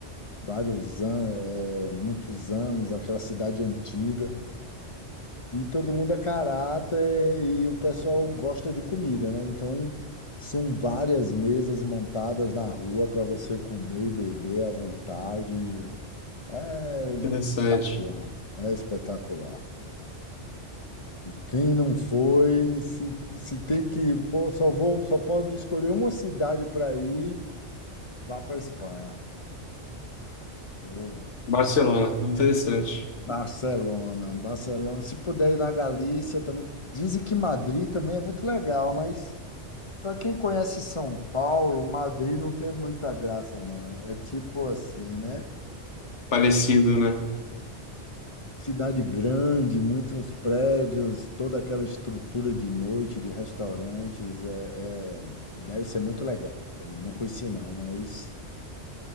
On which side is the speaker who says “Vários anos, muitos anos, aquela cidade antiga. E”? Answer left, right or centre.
Left